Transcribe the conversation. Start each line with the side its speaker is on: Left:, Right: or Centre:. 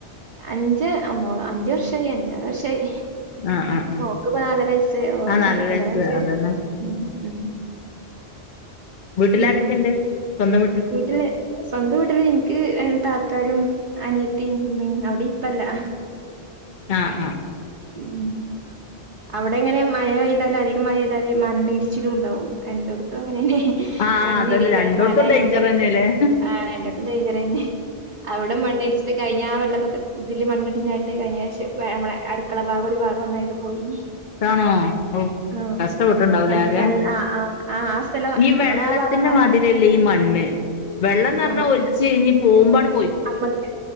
Right: അഞ്ച് മോള് അഞ്ച് വർഷായി അഞ്ചാറ് വർഷായി
Left: ആഹ് ആഹ് ആഹ്
Right: നോക്ക്പ്പ നാല്ലരസ്സയി
Left: ആഹ് നാലര
Right: കല്യാണകഴിച്ചരെ
Left: വയസ്സ് അതന്നെ
Right: ഉം ഉം
Left: വീട്ടിലാരൊക്കെണ്ട്
Right: പിൻ
Left: സ്വന്തം
Right: വീട്ടില് സ്വന്തം വീട്ടില് ഇന്ക്ക് അ താ ത്താരും അനിയത്തിം മ്മീം അവിടിം ഇപ്പല്ല
Left: ആന് ആഹ്
Right: ഉം അവിടെ എങ്ങനെ മഴ പെയ്താലും അധികം മഴെയ്താല് മണ്ണിടിച്ചിലുണ്ടാവും രണ്ടിടത്തും അങ്ങനെന്നെ
Left: ആഹ്
Right: മണ്ണിടിലാണ്
Left: അതന്നെ രണ്ടോടത്തും
Right: മലായതോണ്ട്
Left: ഡേഞ്ചറെന്നെല്ലേ
Right: ആ രണ്ടോടത്തും ഡെയ്ജറന്നെ അവിടെ മണ്ണിടിച്ചില് കഴിഞ്ഞ ആ വെള്ളപ്പൊക്ക ഇതില് മണ്ണിടിഞ്ഞിട്ട് കഴിഞ്ഞ പ്രാവശ്യം അടുക്കള ഭാഗം ഒരു ഭാഗം ഒന്നായിട്ട് പോയിനി
Left: ആണോ ഔ
Right: ആഹ്
Left: കഷ്ടപ്പെട്ടുണ്ടാവലേ
Right: മൺ
Left: ആകെ
Right: നല്ല ആ ആ ആ ആ സ്ഥലം
Left: ഈ
Right: ഞങ്ങളെ
Left: വെള്ളത്തിന്റെ
Right: ആ ഭാഗം ഒന്നായിട്ട്
Left: മാതിരിയല്ലേ ഈ മണ്ണ് വെള്ളംന്ന് പറഞ്ഞാ
Right: ആ
Left: ഒലിച്ച് കഴിഞ്ഞ് പോകുമ്പണ്
Right: അമ്മക്ക്